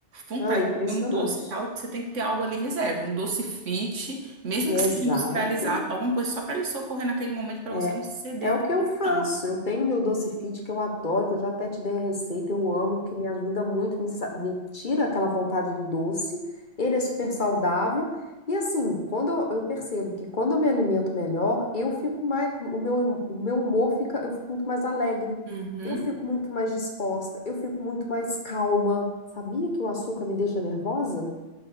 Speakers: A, on the right; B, on the left.
A: vontade
B: Não, é impressionante.
A: de comer um doce e tal, você tem que ter algo ali em reserva, um doce fit, mesmo que
B: Exato.
A: seja industrializado, alguma coisa só para ele socorrer naquele momento para
B: É,
A: você não ceder
B: é
A: à
B: o
A: tentação.
B: que eu faço. Eu tenho meu doce fit que eu adoro, que eu já até te dei a receita, eu amo, porque me ajuda muito, me, sa- me tira aquela vontade do doce. Ele é super saudável. E assim, quando eu, eu percebo que quando eu me alimento melhor, eu fico mais, o meu, o meu humor fica, eu fico muito mais alegre,
A: Uhum.
B: eu fico muito mais disposta, eu fico muito mais calma. Sabia que o açúcar me deixa nervosa?